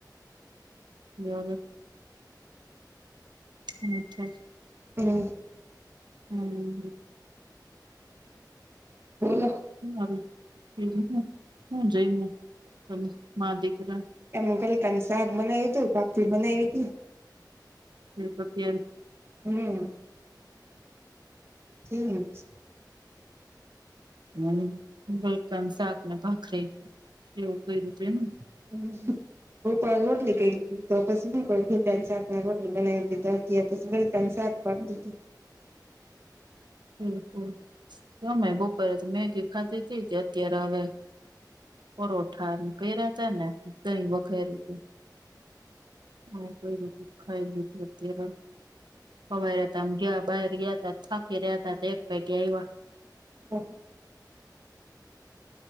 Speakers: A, on the right; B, on the right.
A: <unintelligible> <unintelligible>
B: હમ.
A: હમ હમ.
B: બોલો.
A: હું હવે <unintelligible> હું જઈમુ તમેં માં દીકરા.
B: એનું ગલકાનું શાક બનાવ્યું તું બાખરી બનાયવી તી.
A: <unintelligible>
B: હમ. <unintelligible>
A: હમ ગલકા નું શાકને ભાખરી, એવું કઈરું તુ એમ ને.
B: હ, ઉપર રોટલી કયરી તી. તો પસી હું કરું ભીંડા નું શાક રોટલી બનાવી ધીતી પછી ગલકા નું શાક પાપડી નું
A: બિલકુલ ગમે બપોરે મેગી ખાતી તી અત્યારે આવે. પરોઠા કયરા તા ને દહી વઘાયરુ તુ. હા કોઈ રું તુ. ખાઈ લીધું અત્યારે હવાઈ હતામ ગ્યા બહાર ગયા તા થક કર્યા તા એક પૈકી એવા.
B: હા <inaudible>